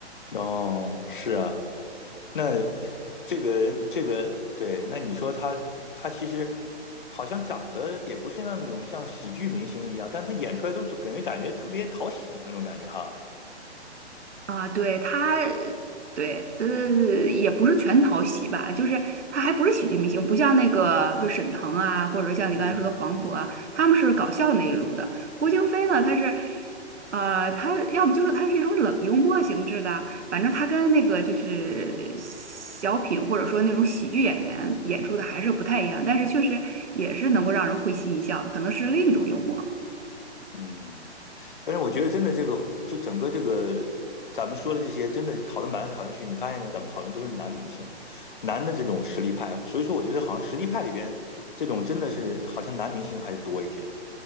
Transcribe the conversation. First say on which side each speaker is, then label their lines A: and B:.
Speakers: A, on the left; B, on the right.
A: 哦，是啊，那这个人这个对，那你说他，他其实好像长得也不是那种像喜剧明星一样，但他演出来都就给人感觉特别讨喜那种感觉哈。
B: 啊，对他，对，这也不是全讨喜吧，就是他还不是喜剧明星，不像那个，比如沈腾啊，或者像你刚才说的黄渤啊，
A: 嗯。
B: 他们是搞笑那一路的。郭京飞呢，他是，呃，他要么就是他是一种冷幽默性质的，反正他跟那个就是小品或者说那种喜剧演员演出的还是不太一样，但是确实也是能够让人会心一笑，可能是另一种幽默。
A: 嗯，但是我觉得真的这个，就整个这个咱们说的这些，真的是讨论来讨论去，你发现没有？咱们讨论都是男明星，男的这种实力派，所以说我觉得好像实力派里边这种真的是好像男明星还是多一点，